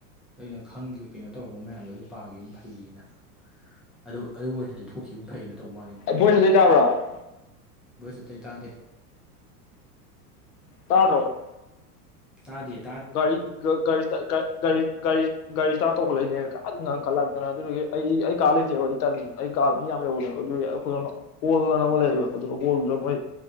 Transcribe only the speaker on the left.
ꯚꯣꯏꯁꯗꯤ ꯇꯥꯕ꯭ꯔꯥ꯫
ꯇꯥꯗ꯭ꯔꯣ꯫
ꯒꯔꯤ ꯒꯔꯤ ꯒꯔꯤ ꯏꯁꯇꯥꯠ ꯒꯔꯤ ꯒꯔꯤ꯫ ꯒꯥꯔꯤ ꯏꯁꯇꯥꯠ ꯇꯧꯈꯠꯂꯛꯏꯅꯦ ꯀ ꯉꯪꯈꯠꯂꯛꯇꯅ ꯑꯗꯨꯒꯤ ꯑꯩ ꯑꯩ ꯀꯥ ꯂꯩꯇꯦꯕ ꯑꯩ ꯇꯟ ꯑꯩ ꯀꯥ ꯃꯤ ꯌꯥꯝ ꯂꯩꯍꯧꯕꯅꯦꯕ ꯑꯗꯨꯒꯤ ꯑꯩꯈꯣꯏꯅ ꯑꯃ ꯍꯣꯜ ꯑꯅ ꯑꯃ ꯂꯩꯌꯦꯕ ꯑꯗꯨꯅ ꯍꯣꯜꯗꯨꯗ ꯃꯣꯏ꯫